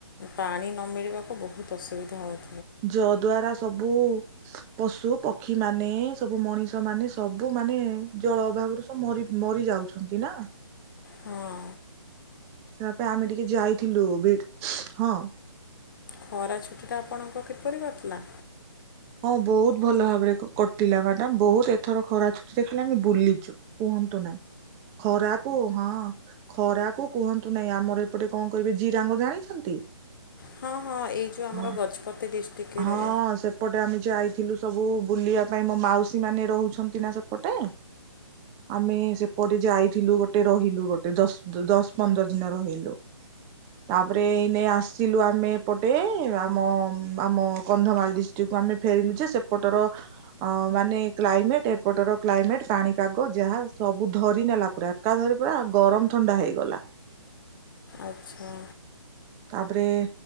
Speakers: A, on the left; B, on the right.
A: ପାଣି ନ ମିିଳିବାକୁ ବହୁତ ଅସୁବିଧା ହୋଇ
B: ଯ ଦ୍ଵାରା ସବୁ ପଶୁ ପ ପକ୍ଷୀ ମାନେ ସବୁ ମଣିଷ ମାନେ ସବୁ ମାନେ ଜଳ ଅଭାବରୁ ସବୁ ମରି ମରି ଯାଉଛନ୍ତି ନା। ଅ ହ
A: ହଁ
B: ସେୟା ପାଇଁ ଆମେ ଟିକେ ଯାଇଥିଲୁ ବିଡ଼ ହଁ।
A: ଖରା ଛୁଟିଟା ଆପଣଙ୍କ କିପରିି କଟିଲା?
B: ହଁ ବହୁତ ଭଲ ଭାବରେ କଟିଲା ମାଡାମ ବହୁତ ଏଥର ଖରା ଛୁଟିରେ ଖାଲି ଆମେ ବୁଲିଚୁ। କୁହନ୍ତୁ ନାଇଁ ଖରାକୁ ହଁ ଖରା କୁ କୁହନ୍ତୁ ନାଇଁ ଆମର ଏପଟେ କଣ କହିବେ ଜିରାଙ୍ଗ ଜାଣିଛନ୍ତି?
A: ହଁ ହଁ ଏଇ ଯଉ ଆମର
B: ହଁ
A: ଗଜପତି ଡିଷ୍ଟିକ୍
B: ହଁ
A: ରେ।
B: ସେପଟେ ଆମେ ଯାଇଥିଲୁ ସବୁ ବୁଲିବା ପାଇଁ ମୋ ମାଉସୀ ମାନେ ରହୁଛନ୍ତି ନା ସେପଟେ। ଆମେ ସେପଟେ ଯାଇ ଥିଲୁ ଗୋଟେ ରହିଲୁ ଗୋଟେ ଦଶ ଦଶ ପନ୍ଦର ଦିନ ରହିଲୁ। ତାପରେ ଏଇନେ ଆସିଲୁ ଆମେ। ପଟେ ଆମ ଆମ କନ୍ଧମାଳ ଡିଷ୍ଟ। କୁ ଆମେ ଫେରିଲୁ ଯେ ସେପଟର ଅ ମାନେ କ୍ଲାଇମେଟ ଏପଟର କ୍ଲାଇମେଟ ପାଣିପାଗ ଯାହା ସବୁ ଧରି ନେଲା ପୁରା ଏକାଧରି ପୁରା ଗରମ ଥଣ୍ଡା ହେଇଗଲା।
A: ଆଚ୍ଛା,
B: ତାପରେ ଏ